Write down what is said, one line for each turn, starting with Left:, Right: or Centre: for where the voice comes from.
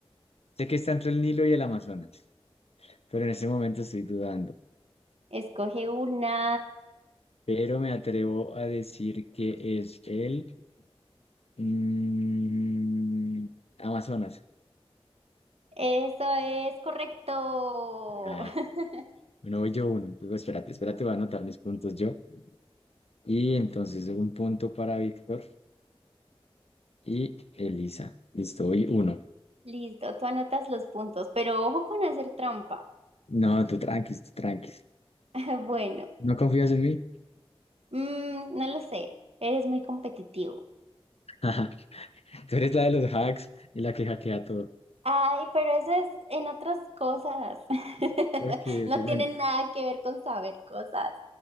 Left: Sé que está entre el Nilo y el Amazonas, pero en este momento estoy dudando.
Right: Escoge una.
Left: Pero me atrevo a decir que es el mm, Amazonas.
Right: Eso es correcto.
Left: Ah,
Right: <laughs>
Left: bueno, voy yo uno. Luego, espérate, espérate, voy a anotar mis puntos yo. Y entonces un punto para Víctor y Elisa. Listo, voy uno.
Right: Listo, tú anotas los puntos, pero ojo con hacer trampa.
Left: No, tú tranquis, tú tranquis.
Right: <laughs> Bueno,
Left: ¿No confías en mí?
Right: mm, no lo sé, eres muy competitivo.
Left: <laughs> Tú eres la de los hacks y la que hackea todo.
Right: Ay, pero eso es en otras cosas. <laughs>
Left: Ok,
Right: No
Left: ok,
Right: tiene
Left: bueno,
Right: nada que ver con saber cosas.